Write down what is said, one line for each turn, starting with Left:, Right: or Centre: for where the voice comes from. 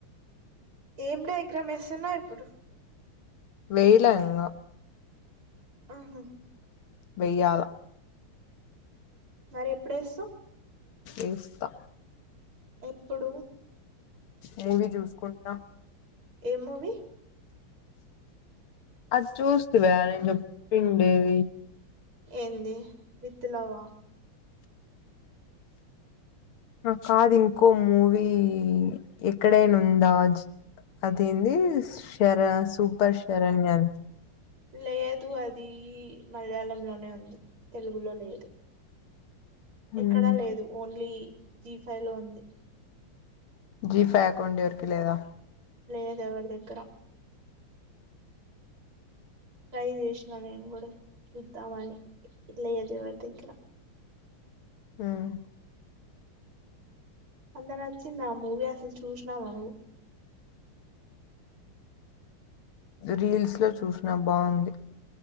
Right: ఏం డయాగ్రామ్ ఎస్తున్నావు ఇప్పుడు
Left: వెయ్యాల ఇంగా
Right: ఆహ
Left: వెయ్యాల
Right: మరి ఎప్పుడు ఏస్తావు
Left: ఏస్తా
Right: ఎప్పుడు
Left: మూవీ చూసుకుంట
Right: ఏం మూవీ
Left: అది చూస్తివా నిన్ చెప్పిండేది
Right: ఏంది విత్ లవ్వా
Left: అ కాదు ఇంకో మూవీ ఎక్కడైనా ఉందా జ్ అదేంది శర సూపర్ శరణ్య
Right: లేదు అదీ మలయాళంలోనే ఉంది తెలుగులో లేదు ఎక్కడా
Left: ఉమ్.
Right: లేదు ఓన్లీ జీ ఫైవ్ లో ఉంది
Left: జీ ఫైవ్ అక్కడ ఉండే ఎవరికి లేదా
Right: లేదు ఎవరి దగ్గర ట్రై చేసిన నిను కూడ చూద్దమని లేద్ ఎవరి దగ్గర
Left: మ్మ్
Right: అంత నచ్చిందా ఆ మూవీ అసలు చూసినవ నువ్వు
Left: రీల్స్ లో చూసిన బావుంది